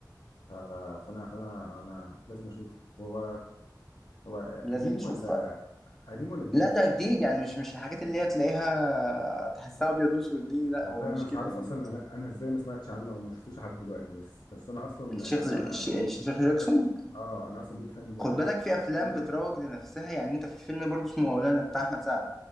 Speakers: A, on the left; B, in the centre.
A: ف- فانا فانا انا لازم اشوفه هو هو
B: لازم
A: قديم
B: تشوفها
A: ولا قديم ولا جديد
B: لا ده جديد يعني مش مش الحاجات اللي هي تلاقيها تحسها أبيض وأسود دي لا
A: والله
B: هو مش
A: انا مش
B: كده
A: عارف
B: يعني
A: اصلا انا انا ازاي ما سمعتش عنه او ما شفتوش لحد دلوقتي بس بس انا اصلا
B: الشيخ
A: يعني انا
B: الش- الشيخ
A: شكلك
B: جاكسون
A: اه انا اصلا بيك فان
B: خد بالك في أفلام
A: قوي
B: بتروج لنفسها يعني أنت في فيلم برضه اسمه مولانا بتاع أحمد سعد